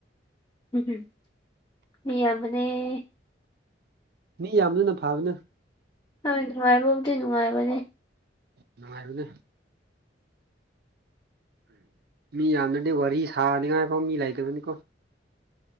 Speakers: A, on the left; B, on the right.
A: ꯎꯝ ꯃꯤ ꯑꯅꯦ
B: ꯃꯤ ꯌꯥꯝꯕꯗꯨꯅ ꯐꯕꯅ
A: ꯍꯣꯏ ꯅꯨꯡꯉꯥꯏꯕꯕꯨꯗꯤ ꯅꯨꯡꯉꯥꯏꯕꯅꯦ
B: ꯅꯨꯡꯉꯥꯏꯕꯅꯦ ꯃꯤ ꯌꯥꯝꯗ꯭ꯔꯗꯤ ꯋꯥꯔꯤ ꯁꯥꯅꯤꯉꯥꯏꯐꯥꯎ ꯃꯤ ꯂꯩꯇꯕꯅꯤꯀꯣ